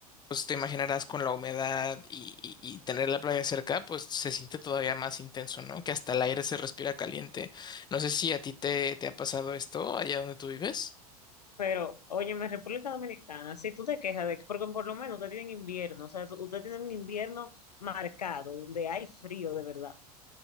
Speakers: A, on the left (about 20°); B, on the left (about 85°).
A: pues te imaginarás con la humedad y, y- y tener la playa cerca, pues se siente todavía más intenso, ¿no? Que hasta el aire se respira caliente. No sé si a ti te, te ha pasado esto allá donde tú vives.
B: Pero, oye, en República Dominicana, si tú te quejas de que, porque por lo menos ustedes tienen invierno, o sea, tú- ustedes tienen un invierno marcado, donde hay frío de verdad.